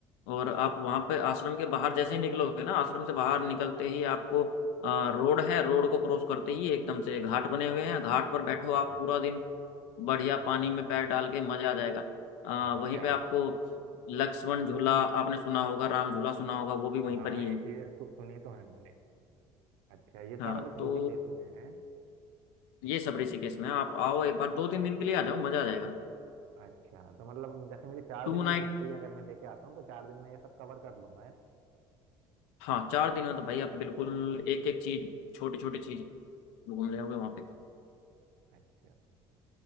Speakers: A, on the left (about 80°); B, on the right (about 85°).
A: और आप
B: अच्छा
A: वहाँ पर आश्रम के बाहर जैसे ही निकलोगे ना आश्रम से बाहर
B: हाँ
A: निकलते ही आपको आ, रोड है रोड को क्रॉस करते ही एकदम से घाट बने हुए हैं घाट पर बैठो
B: अच्छा
A: आप पूरा दिन बढ़िया
B: अच्छा
A: पानी
B: अच्छा
A: में पैर डाल के मजा आ जाएगा आ,
B: अच्छा
A: वहीं पे आपको लक्ष्मण झूला आपने सुना होगा राम झूला सुना होगा वो भी वहीं
B: हाँ
A: पर ही
B: ये
A: है
B: चीजें सु, सुनी तो है मैंने अच्छा ये सारा
A: हाँ
B: कुछ
A: तो
B: ऋषिकेश में है
A: ये सब ऋषिकेश में है। आप आओ एक बार दो तीन दिन के लिए आ जाओ मजा आ जाएगा
B: अच्छा तो मतलब जैसे मेरी चार
A: To
B: दिन
A: night
B: की छुट्टी अगर मैं लेके आता हूँ तो चार दिन में ये सब कवर कर लूंगा है
A: हाँ चार दिन में तो भाई आप बिल्कुल एक एक चीज छोटी छोटी चीज घूम ले होगे वहाँ पे
B: अच्छा